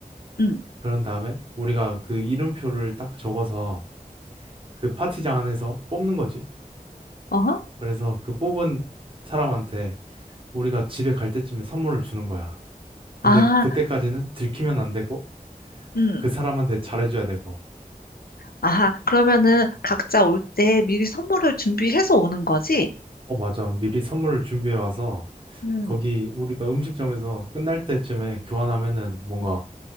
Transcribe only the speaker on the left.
응,
어허.
아,
응.
아하, 그러면은 각자 올 때 미리 선물을 준비해서 오는 거지?
음,